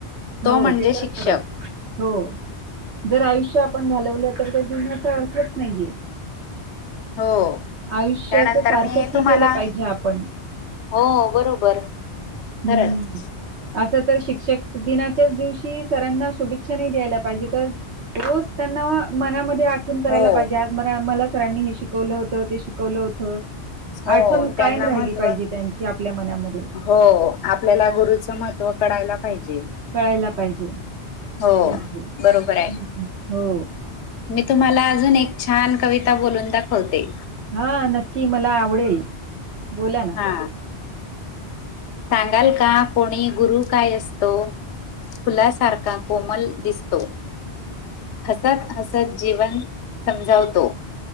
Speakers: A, on the left (about 80°); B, on the right (about 75°).
A: तो
B: हो
A: म्हणजे
B: ते
A: शिक्षक
B: तर खरंच आहे. हो जर आयुष्य आपण घालवलं तर ते जीवनाचा अर्थच नाहीये.
A: हो
B: आयुष्याच
A: त्यानंतर
B: सार्थकही
A: मी तुम्हाला
B: केलं पाहिजे आपण.
A: हो बरोबर
B: हम्म
A: खरंच
B: हम्म असं तर शिक्षक दिनाच्याच दिवशी सरांना शुभेच्छा नाही द्यायला पाहिजे तर रोज त्यांना मनामध्ये आ तून करायला
A: हो
B: पाहिजे आज मरा मला सरांनी हे शिकवलं होतं, ते शिकवलं होतं.
A: हो
B: आठवण
A: त्यांना
B: कायम राहिली
A: महत्त्व
B: पाहिजे त्यांची आपल्या मनामध्ये
A: हो आपल्याला गुरुचं महत्त्व कळायला पाहिजे.
B: कळायला पाहिजे
A: हो
B: ते आहे हम्म
A: बरोबर आहे.
B: हो
A: मी तुम्हाला अजून एक छान कविता बोलून दाखवते.
B: हा नक्की मला आवडेल बोला ना.
A: हा सांगाल का कोणी गुरु काय असतो? फुलासारखा कोमल दिसतो. हसत हसत जीवन समजावतो